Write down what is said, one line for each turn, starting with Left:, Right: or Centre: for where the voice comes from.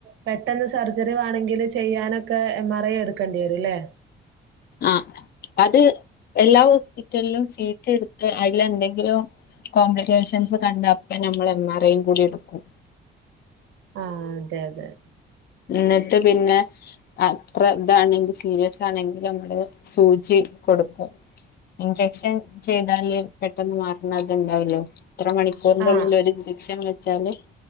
Right: പെട്ടെന്ന് സർജറി വേണങ്കില് ചെയ്യാനൊക്കെ എം ആർ ഐ എടുക്കേണ്ടി വരുംല്ലേ?
Left: ആഹ് അത് എല്ലാ ഹോസ്പിറ്റൽലും സീറ്റി എടുത്ത് അതിൽ എന്തെങ്കിലും. കോംപ്ലിക്കേഷൻസ് കണ്ട അപ്പ നമ്മൾ എം ആർ ഐയും കൂടി എടുക്കും.
Right: ആഹ് അതെ അതെ.
Left: ഇന്നിട്ട് പിന്നെ. അത്ര ഇതാണെങ്കി സീരിയസ് ആണെങ്കിൽ നമ്മള് സൂജി കൊടുക്കും ഇൻജക്ഷൻ ചെയ്താല് പെട്ടെന്ന് മാർണത് ഇണ്ടാവല്ലോ ഇത്ര മണി. ക്ക്റിനുള്ളിൽ
Right: ആഹ്
Left: ഒര്ഞ്ചക്ഷൻ വെച്ചാല്